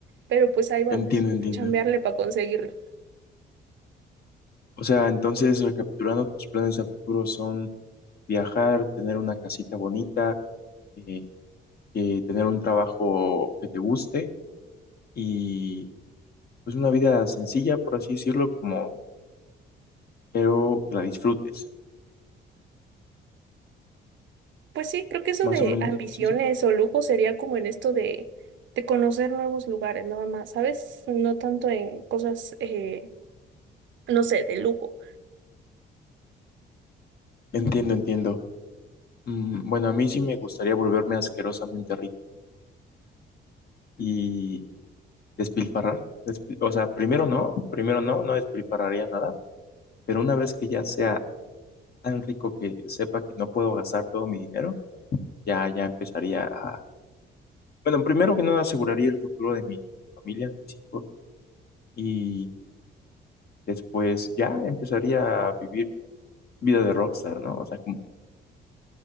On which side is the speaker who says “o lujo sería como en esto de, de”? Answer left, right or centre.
Right